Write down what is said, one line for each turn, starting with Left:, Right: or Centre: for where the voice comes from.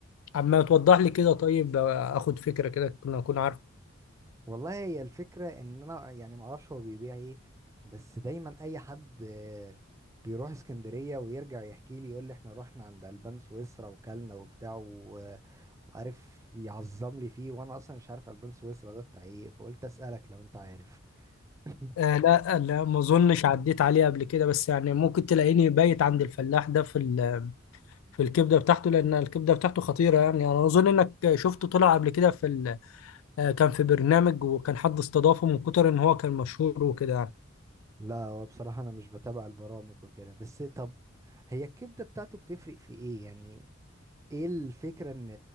Left: اما توضح لي كده طيب آه، اخد فكرة كده كنا اكون عارف
Right: والله هي الفكره ان انا يعني ما اعرفش هو بيبيع ايه بس دايما اي حد آه، بيروح اسكندريه ويرجع يحكي لي يقول لي احنا رحنا عند البان سويسرا وكلنا وبتاع و- وعارف يعظم لي فيه وانا اصلا مش عارف البان سويسرا ده بتاع ايه فقلت اسالك لو انت عارف <laughs>
Left: آه لا آه، لا ما اظنش عديت عليه قبل كده بس يعني ممكن تلاقيني بايت عند الفلاح ده في ال... في الكبدة بتاعته لان الكبدة بتاعته خطيرة يعني يعني انا اظن انك شفته طلع قبل كده في ال... آه كان في برنامج وكان حد استضافه من كتر ان هو كان مشهور وكده يعني
Right: لا هو بصراحه انا مش بتابع البرامج وكده بس طب هي الكبده بتاعته بتفرق في ايه يعني ايه الفكرة ان